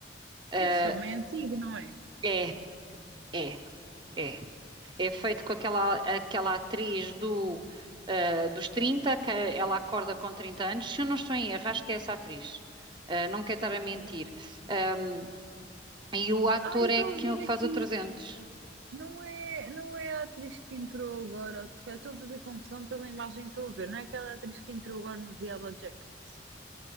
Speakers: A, on the right; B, on the right.
A: Uh,
B: Esse filme é antigo, não é?
A: é, é. É. É feito com aquela, aquela atriz do, ah, dos 30 que ela acorda com 30 anos. Se eu não estou em erro, acho que é essa atriz. Ah, não quero estar a mentir. Ahm, e o ator
B: Ah, eu estou
A: é que
B: a ver aqui.
A: faz o 300.
B: Não é, não é a atriz que entrou agora. Eu Estou a fazer confusão pela imagem que estou a ver. Não é aquela atriz que entrou agora nos Yellow Jackets.